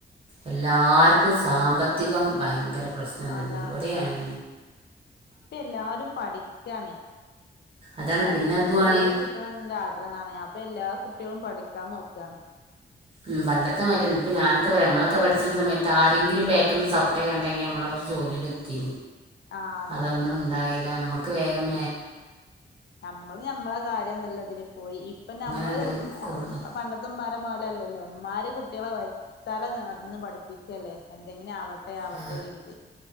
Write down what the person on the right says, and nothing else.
എല്ലാർക്കും സാമ്പത്തികം ഭയങ്കര പ്രശ്നം തന്നെ.
എവിടെയായി
അതാണ്
പിന്നെ അതുമാണ്
ഉം പണ്ടത്തെമായിട്ടന്ന ഇപ്പൊ ഞാനൊക്കെ പറയാ നമ്മളൊക്കെ പഠിച്ചണ സമയത്ത് ആരെങ്കിലും ബേക്കൊന്ന് സപ്പട്ടയ ഉണ്ടെങ്കിൽ നമ്മള ജോല എത്തി
അതൊന്നും ഉണ്ടായില്ല നമ്മക്ക് വേഗം
അങ്ങനെണ്ട്
കൊടുങ്ങും
ആ